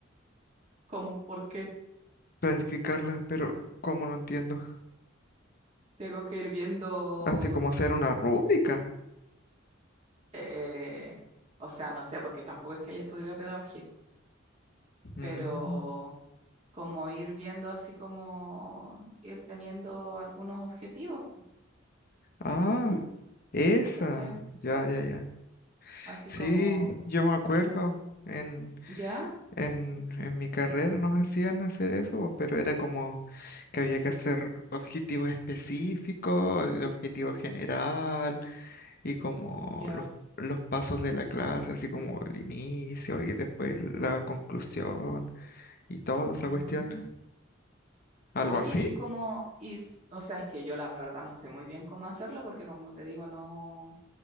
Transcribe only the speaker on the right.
¿Cómo? ¿Por qué?
Tengo que ir viendo,
eh, o sea, no sé, porque tampoco es que haya estudiado pedagogía,
pero como ir viendo así como ir teniendo algunos objetivos,
¿cachai?
Así
como,
ya,
ya.
Ah.
Oye,
y cómo, y, s- o sea, es que yo la verdad no sé muy bien cómo hacerlo porque como te digo, no,